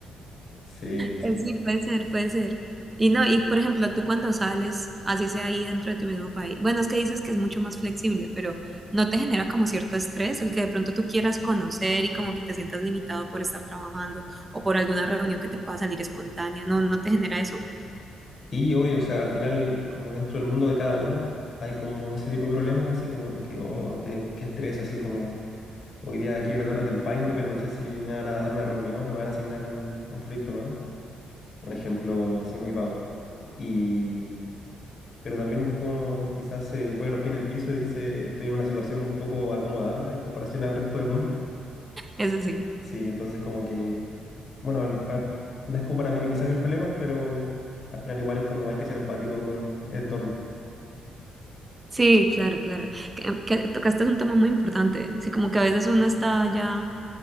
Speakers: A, on the left; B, on the right.
A: Sí, sí.
B: Pues sí, puede ser, puede ser. Y no, y por ejemplo, tú cuando sales, así sea ahí dentro de tu mismo país, bueno, es que dices que es mucho más flexible, pero ¿no te genera como cierto estrés el que de pronto tú quieras conocer y como que te sientas limitado por estar trabajando o por alguna reunión que te pueda salir espontánea? ¿No, no te genera eso?
A: Y hoy, o sea, al final, como dentro del mundo de cada uno, hay como ese tipo de problemas, así como de que, oh, te- qué estrés, así como, hoy día quiero ir a Torres del Paine, pero no sé si me van a dar una reunión o me van a asignar un, un proyecto nuevo. Un ejemplo así muy vago. Y, pero también después uno quizás se pone los pies en el piso y dice, estoy en una situación un poco acomodada en comparación al resto del mundo.
B: Eso sí.
A: Sí, entonces como que, bueno, al- al- no es como para minimizar mis problemas, pero al final igual es como hay que ser empático con el entorno.
B: Sí, claro, claro. Que, que tocaste un tema muy importante. Sí, como que a veces uno está ya